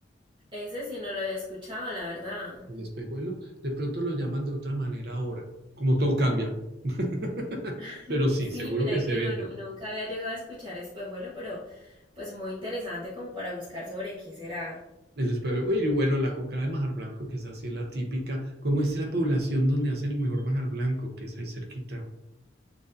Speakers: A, on the right; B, on the right.
A: Ese sí no lo había escuchado, la verdad.
B: El espejuelo, de pronto lo llaman de otra manera ahora, como todo cambia, <laughs>
A: <laughs>
B: pero sí, seguro
A: Sí, mira
B: que se
A: que
B: vende.
A: no, nu- nunca había llegado a escuchar espejuelo, pero pues muy interesante como para buscar sobre qué será.
B: El espejuelo, y bueno, la coca de Majar Blanco, que es así la típica, ¿cómo es la población donde hacen el mejor Majar Blanco, que es ahí cerquita?